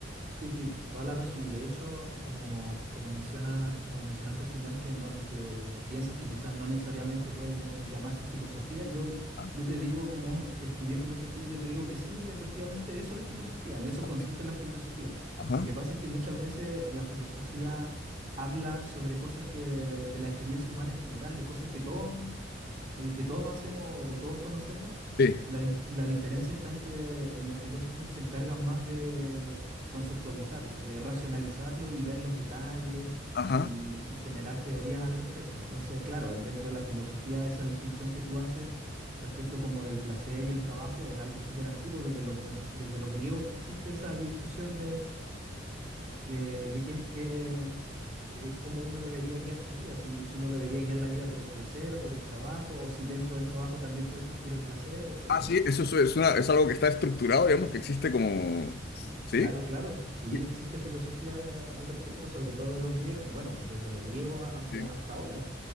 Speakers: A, on the right; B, on the left.
A: Sí, sí, toda la razón. Y de hecho, como, como menciona, como mencionaste al final, que, no- que piensas que quizás no necesariamente puede lla- llamarse filosofía, yo,
B: Ah,
A: yo te digo como que estudié filosofía, yo te digo que sí, efectivamente eso es filosofía, en eso consiste
B: sí.
A: la filosofía.
B: Ajá.
A: Lo que pasa es que muchas veces la filosofía habla sobre cosas que, de la experiencia humana en general, de cosas que todos eh, que todos hacemos, todos conocemos,
B: Sí.
A: la, di- la diferencia está en que eh, los filósofos se encargan más de conceptualizarlo, de racionalizarlo y ver los detalles
B: Ajá.
A: y, y generar teorías al respecto. Entonces, claro, en- dentro de la filosofía, esa distinción que tú haces respecto como del placer y el trabajo es algo súper antiguo, desde los, desde los griegos que existe esa discusión de, de qué, qué- eh, cómo uno debería guiar su vida, si, si uno debería guiar la vida por el placer o por el trabajo, o si dentro del trabajo también puede existir el placer, etcétera.
B: Ah, sí, eso es, es una- es algo que está estructurado, digamos, que existe como...
A: Sí,
B: ¿Sí?
A: claro, claro, sí
B: Sí,
A: existe filosofía de- al respecto, sobre todo de los griegos, bueno, desde los griegos a- hacia
B: sí,
A: hasta ahora.